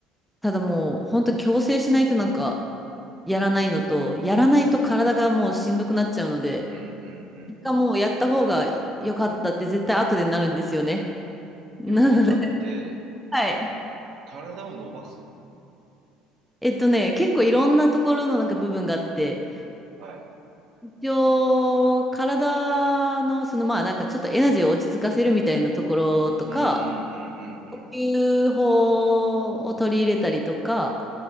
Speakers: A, in the centre; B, on the right (about 50°).
A: ただもう、ほんと強制しないとなんか、やらないのと、やらないと体がもうしんどくなっちゃうので、
B: うんうんうんうん。
A: 一回もうやった方が良かったって絶対後でなるんですよね。なので、
B: ヨ、ヨガって
A: はい。
B: 体を伸ばすの
A: えっとね、結構いろんなところのなんか部分があって、
B: はい。
A: 一応、体の、そのまあなんかちょっとエナジーを落ち着かせるみたいなところとか、
B: うんうんうんうん
A: 呼吸法を取り入れたりとか、